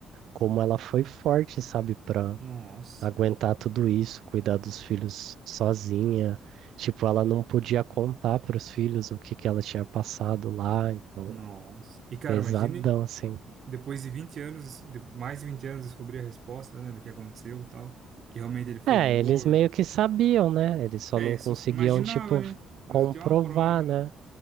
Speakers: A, on the right (about 70°); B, on the right (about 50°).
A: como ela foi forte, sabe, pra
B: Nossa,
A: aguentar tudo isso, cuidar dos filhos sozinha. Tipo, ela não podia contar pros filhos o que que ela tinha passado lá, então,
B: nossa. E, cara,
A: pesadão,
B: imagine
A: assim.
B: depois de 20 anos, de- mais de 20 anos, descobrir a resposta, né, do que aconteceu e tal. Que realmente ele foi
A: É,
B: morto.
A: eles meio que sabiam, né? Eles só
B: É
A: não
B: isso,
A: conseguiam,
B: imaginava,
A: tipo,
B: né? Mas
A: comprovar,
B: não tinha uma prova,
A: né?
B: né?